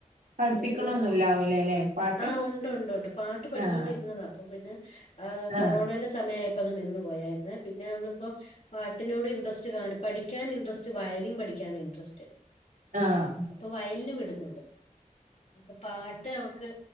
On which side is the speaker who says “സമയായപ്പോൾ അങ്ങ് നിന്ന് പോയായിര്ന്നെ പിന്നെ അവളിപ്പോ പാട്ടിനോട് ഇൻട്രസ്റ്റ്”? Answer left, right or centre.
Left